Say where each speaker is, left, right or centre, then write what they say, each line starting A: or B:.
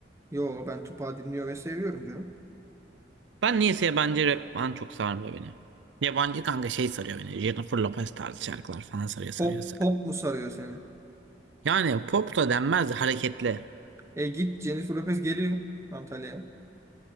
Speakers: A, on the right; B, on the right.
A: Yo ben Tupac'ı dinliyor ve seviyorum canım.
B: Ben niyeyse yabancı rap falan çok sarmıyor beni. Yabancı kanka şey sarıyor beni. Jennifer Lopez tarzı şarkılar falan sarıyor sarıyorsa.
A: Pop, pop mu sarıyor seni?
B: Yani pop da denmez de hareketli.
A: E git Jennifer Lopez geliyor Antalya'ya.